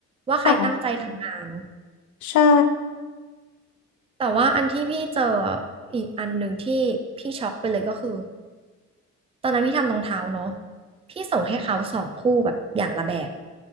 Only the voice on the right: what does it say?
ว่าใครตั้งใจทำงาน
แต่ว่าอันที่พี่เจออีกอันหนึ่งที่พี่ช็อกไปเลยก็คือ ตอนนั้นพี่ทำรองเท้าเนาะพี่ส่งให้เขาสองคู่แบบอย่างละแบบ